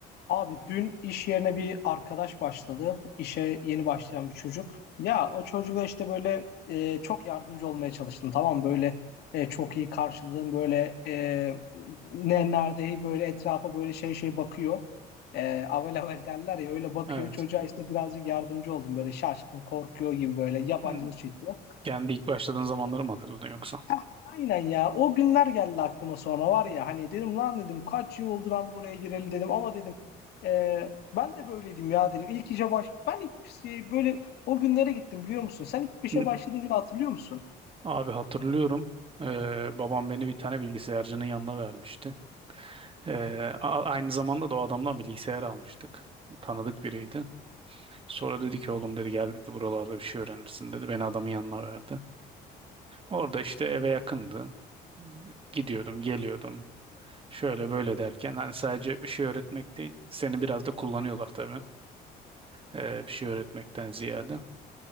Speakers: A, on the left; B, on the right.
A: Abi dün iş yerine bir arkadaş başladı. İşe yeni başlayan bir çocuk. Ya o çocuğa işte böyle e, çok yardımcı olmaya çalıştım. Tamam mı? böyle e, çok iyi karşıladım. Böyle e, ne nerede böyle etrafa böyle şey şey bakıyor. E, avel avel derler ya öyle bakıyor.
B: Evet.
A: Çocuğa işte birazcık yardımcı oldum. Böyle şaşkın korkuyor gibi böyle yabancılık
B: Hı.
A: çekiyor.
B: Yani ilk başladığın zamanları mı hatırladın yoksa?
A: Heh, Aynen ya. O günler geldi aklıma sonra var ya hani dedim lan dedim kaç yıl oldu ben buraya gireli dedim ama dedim e, ben de böyleydim ya dedim. İlk işe baş ben ilk şey, böyle o günlere gittim biliyor musun? Sen ilk işe
B: Hı.
A: başladığın günü hatırlıyor musun?
B: Abi hatırlıyorum. Ee, babam beni bir tane bilgisayarcının yanına vermişti. Ee, a- aynı zamanda da o adamdan bilgisayar almıştık. Tanıdık biriydi. Sonra dedi ki oğlum dedi gel dedi buralarda bir şey öğrenirsin dedi. Beni adamın yanına verdi. Orada işte eve yakındı. Gidiyordum, geliyordum. Şöyle böyle derken hani sadece bir şey öğretmek değil. Seni biraz da kullanıyorlar tabii. Ee, bir şey öğretmekten ziyade.